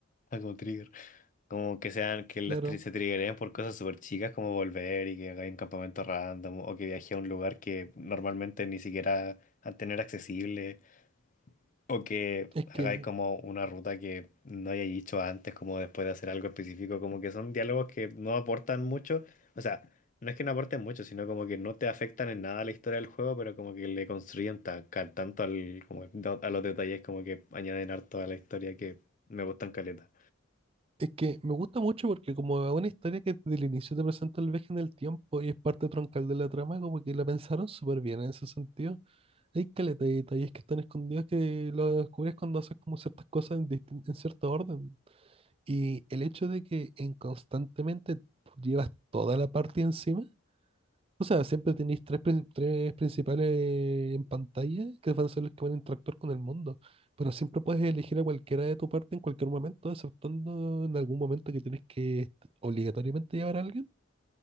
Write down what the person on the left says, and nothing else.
ah, como trigger, como que sean que las
tri- se triggeren por cosas súper chicas como volver y que hagáis un campamento random o que viaje a un lugar que normalmente ni siquiera al tener accesible. O que
hagáis
como una ruta que no hayáis dicho antes, como después de hacer algo específico, como que son diálogos que no aportan mucho. O sea, no es que no aporten mucho, sino como que no te afectan en nada a la historia del juego, pero como que le construyen ta- ca- tanto al, como do- a los detalles, como que añaden harto a la historia que me gustan caleta.